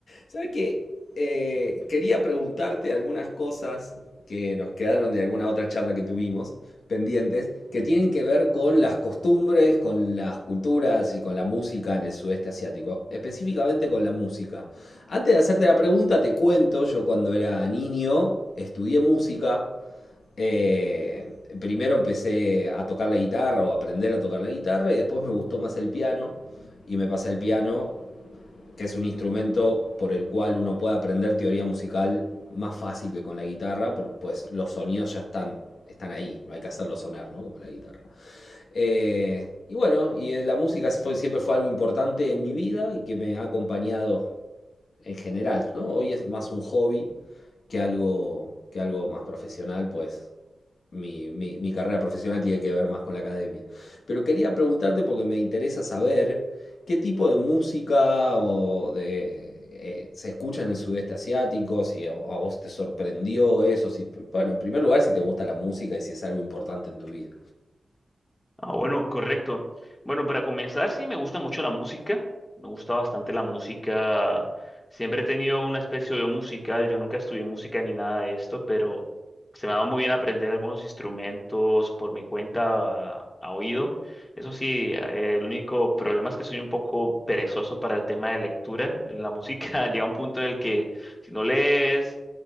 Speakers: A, on the left; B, on the left.
A: ¿Sabes qué? Eh, quería preguntarte algunas cosas que nos quedaron de alguna otra charla que tuvimos pendientes, que tienen que ver con las costumbres, con las culturas y con la música en el sudeste asiático, específicamente con la música. Antes de hacerte la pregunta, te cuento, yo cuando era niño estudié música. Eh, primero empecé a tocar la guitarra o a aprender a tocar la guitarra y después me gustó más el piano y me pasé al piano, que es un instrumento por el cual uno puede aprender teoría musical más fácil que con la guitarra, porque pues los sonidos ya están, están ahí, no hay que hacerlos sonar, ¿no? Como la guitarra. Eh, y bueno, y la música fue, siempre fue algo importante en mi vida y que me ha acompañado en general, ¿no? Hoy es más un hobby que algo, que algo más profesional, pues mi, mi- mi carrera profesional tiene que ver más con la academia. Pero quería preguntarte porque me interesa saber qué tipo de música o de, eh, se escucha en el sudeste asiático, si a, a vos te sorprendió eso, si, bueno, en primer lugar, si te gusta la música y si es algo importante en tu vida.
B: Ah, bueno, correcto. Bueno, para comenzar, sí, me gusta mucho la música, me gusta bastante la música. Siempre he tenido una especie de musical, yo nunca estudié música ni nada de esto, pero se me ha dado muy bien aprender algunos instrumentos por mi cuenta a, a oído. Eso sí, eh, el único problema es que soy un poco perezoso para el tema de lectura. La música <laughs> llega a un punto en el que si no lees